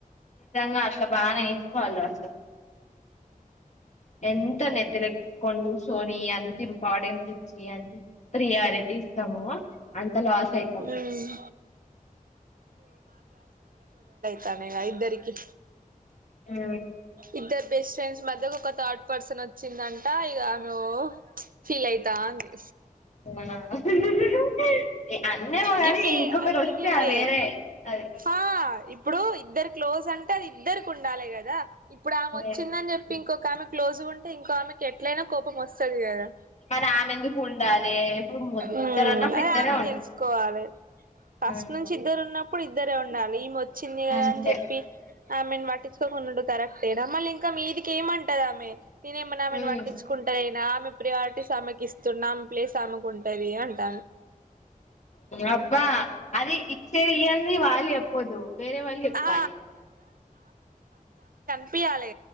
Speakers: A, on the left; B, on the right.
A: నిజంగా అట్లా బాగా నేర్చుకోవాలి రాజు ఎంత నెతినెక్కించుకోని కూర్ సోని అంత ఇంపార్టెన్స్ ఇచ్చి అంత ప్రియారిటీ ఇస్తామో అంత లాస్
B: మ్మ్
A: అయితము
B: తనేే గ ఇద్దరికి
A: ఆ
B: ఇద్దరు బెస్ట్ ఫ్రెండ్స్ మధ్యకు ఒక థడ్ పర్సన్ వచ్చిందంట ఇక ఆమె ఓ ఫీల్ అయితా అంది
A: <unintelligible> ఏ అన్నేమో గాని
B: గివే
A: ఇంకొకరు
B: అన్ని
A: వస్తే
B: గివే
A: ఆ వేరే అది
B: ఆ ఇప్పుడు ఇద్దరు క్లోజ్ అంటే అది ఇద్దరికి ఉండాలి కదా ఇప్పుడు ఆమె
A: అదే.
B: వచ్చిందని చెప్పి ఇంకొక ఆమె క్లోసగ ఉంటే ఇంకో ఆమెకి ఎట్లయినా కోపం వస్తది కదా
A: మరి ఆమె ఎందుకు ఉండాలి ఇప్పుడు
B: ఉమ్
A: ఇద్దరు అన్నప్పుడు
B: అది
A: ఇద్దరు
B: తెలుసుకోవాలి ఫస్ట్
A: ఉమ్,
B: నుంచి ఇద్దరు ఉన్నప్పుడు ఇద్దరే ఉండాలి ఈమి వచ్చింది కదా
A: అంతే
B: అని చెప్పి ఆమెన్ పటి ఉండుడు కరెక్టేన మల్లి ఇంకా మీదికి ఏమటదామె నేన ఏమన్నానామెను
A: ఉమ్,
B: పట్టించుకుంటలేనా ఆమె ప్రియారిటీ స్ ఆమెకిస్తున్నమ్ ఆమె ప్లేస్ ఆమెకుంటది అంటారు
A: అబ్బా అదిే ఇ స ఇవన్నీ వాళ్ళి చెప్పద్దు వేరే వాళ్ళు చెప్పాలి
B: ఆ ప్పియాలే